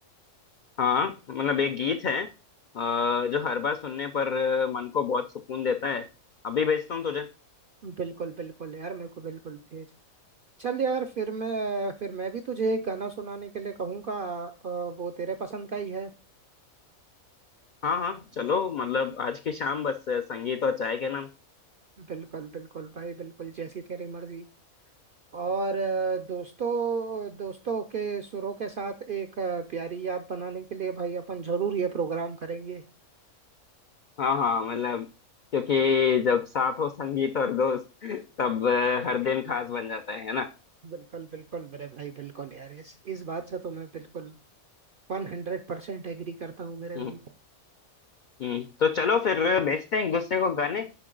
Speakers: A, on the left; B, on the right.
A: हाँ मतलब एक गीत है अ, जो हर बार सुनने पर अ, मन को बहुत सुकून देता है अभी भेजता हूँ तुझे
B: बिल्कुल बिल्कुल यार मेरे को बिल्कुल भेज चल यार फिर मैं फिर मैं भी तुझे एक गाना सुनाने के लिए कहूंगा अ, वो तेरे पसंद का ही है
A: हाँ हाँ चलो मतलब आज की शाम बस संगीत और चाय के नाम
B: बिल्कुल बिल्कुल भाई बिल्कुल जैसी तेरी मर्जी और अ, दोस्तों दोस्तों के सुरों के साथ एक अ, प्यारी याद बनाने के लिए भाई अपन जरूर ये प्रोग्राम करेंगे
A: हाँ हाँ मतलब क्योंकि जब साथ हो संगीत और दोस्त तब अ, हर दिन खास बन जाता है है ना
B: बिल्कुल बिल्कुल मेरे भाई बिल्कुल यार इस इस बात से तो मैं बिल्कुल वन हंड्रेड परसेंट एग्री करता हूँ मेरे
A: हम्म
B: भाई
A: हम्म तो चलो फिर भेजते हैं एक दूसरे को गाने